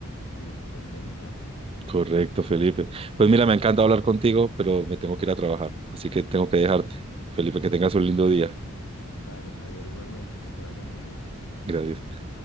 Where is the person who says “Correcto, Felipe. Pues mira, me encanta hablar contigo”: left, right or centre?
Right